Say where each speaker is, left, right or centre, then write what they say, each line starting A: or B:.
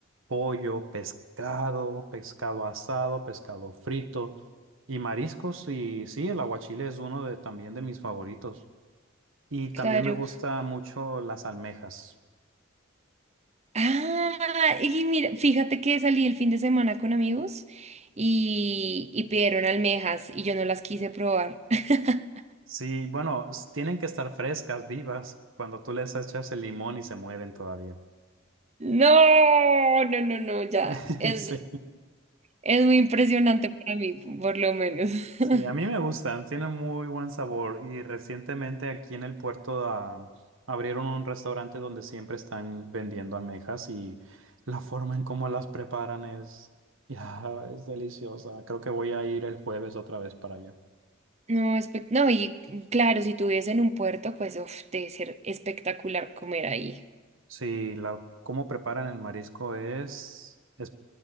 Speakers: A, on the right; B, on the right.
A: pollo, pescado, pescado asado, pescado frito y mariscos. Y sí, el aguachile es uno de, también de mis favoritos. Y también
B: Claro.
A: me gusta mucho las almejas.
B: Ah, y mira, fíjate que salí el fin de semana con amigos y, y pidieron almejas y yo no las quise probar. <laughs>
A: Sí, bueno, s- tienen que estar frescas, vivas, cuando tú les echas el limón y se mueven todavía.
B: No, no, no, no, ya.
A: <laughs>
B: Es,
A: Sí,
B: es muy impresionante para mí, por lo menos.
A: sí,
B: <laughs>
A: a mí me gustan, tienen muy buen sabor y recientemente aquí en el puerto ah, abrieron un restaurante donde siempre están vendiendo almejas y la forma en cómo las preparan es, ya, es deliciosa. Creo que voy a ir el jueves otra vez para allá.
B: No, espe- no, y claro, si tuviese en un puerto, pues uf, debe ser espectacular comer ahí.
A: Sí, la, cómo preparan el marisco es, es